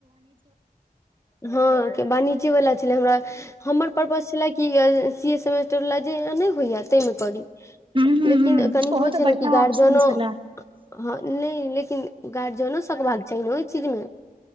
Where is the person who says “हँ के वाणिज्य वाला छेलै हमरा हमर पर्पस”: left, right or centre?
Left